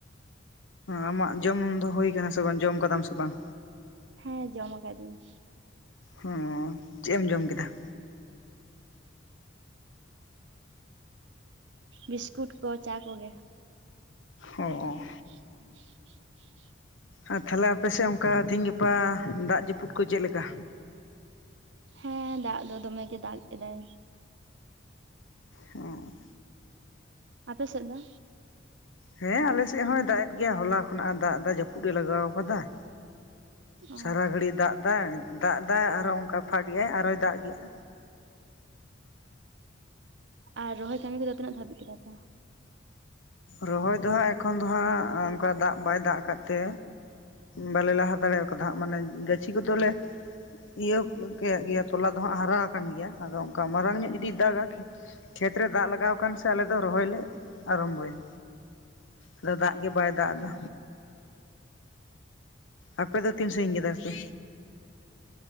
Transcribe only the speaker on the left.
ᱟᱢᱟᱜ ᱡᱚᱢ ᱧᱩ ᱫᱚ ᱦᱳᱭ ᱟᱠᱟᱱᱟ ᱥᱮ ᱵᱟᱝ ᱡᱚᱢ ᱠᱟᱫᱟᱢ ᱥᱮ ᱵᱟᱝ?
ᱦᱚᱸ, ᱪᱮᱫ ᱮᱢ ᱡᱚᱢ ᱠᱮᱫᱟ?
ᱚ ᱚ
ᱟᱨ ᱛᱟᱦᱚᱞᱮ ᱟᱯᱮᱥᱮᱫ ᱚᱱᱠᱟ ᱛᱮᱦᱤᱧ ᱜᱟᱯᱟ ᱫᱟᱜ ᱡᱟᱹᱯᱩᱫ ᱠᱚ ᱪᱮᱫ ᱞᱮᱠᱟ?
ᱦᱚᱸ
ᱦᱮᱸ ᱟᱞᱮᱥᱮᱫ ᱦᱚᱭ ᱫᱟᱜ ᱮᱫ ᱜᱮᱭᱟ ᱦᱚᱞᱟ ᱠᱷᱚᱱᱟᱜ ᱫᱟᱜ ᱫᱟ ᱡᱟᱹᱯᱩᱫ ᱮ ᱞᱟᱜᱟᱣ ᱠᱟᱫᱟᱭ᱾
ᱥᱟᱨᱟ ᱜᱷᱟᱹᱲᱤᱡ ᱫᱟᱜ ᱫᱟᱭ ᱫᱟᱜ ᱫᱟᱭ ᱟᱨᱚ ᱚᱱᱠᱟ ᱯᱷᱟᱠ ᱮᱟᱭ ᱟᱨᱚᱭ ᱫᱟᱜ ᱮᱟᱭ
ᱨᱚᱦᱚᱭ ᱫᱚᱦᱟᱸᱜ ᱮᱠᱷᱚᱱ ᱫᱚᱦᱟᱸᱜ ᱚᱱᱠᱟ ᱫᱟᱜ ᱵᱟᱭ ᱫᱟᱜ ᱟᱠᱟᱫ ᱛᱮ ᱵᱟᱞᱮ ᱞᱟᱦᱟ ᱫᱟᱲᱮᱣ ᱠᱟᱫᱟ ᱦᱟᱸᱜ ᱢᱟᱱᱮ ᱜᱟᱹᱪᱷᱤ ᱠᱚᱫᱚ ᱞᱮ ᱤᱭᱟᱹᱯ ᱠᱮᱫ ᱜᱮᱭᱟ ᱛᱚᱞᱟ ᱫᱚᱦᱟᱸᱜ ᱦᱟᱨᱟ ᱟᱠᱟᱱ ᱜᱮᱭᱟ ᱟᱫᱚ ᱚᱱᱠᱟ ᱢᱟᱨᱟᱝ ᱧᱚᱜ ᱡᱚᱫᱤ ᱫᱟᱜᱟ ᱠᱷᱮᱛ ᱨᱮ ᱫᱟᱜ ᱞᱟᱜᱟᱣ ᱠᱟᱱ ᱥᱮ ᱟᱞᱮ ᱫᱚ ᱨᱚᱦᱚᱭᱟᱞᱮ ᱟᱨᱚᱢᱵᱚᱭᱟ ᱟᱫᱚ ᱫᱟᱜ ᱜᱮ ᱵᱟᱭ ᱫᱟᱜ ᱮᱫᱟ
ᱟᱯᱮ ᱫᱚ ᱛᱤᱱ ᱥᱟᱺᱜᱤᱧ ᱠᱮᱫᱟ ᱯᱮ?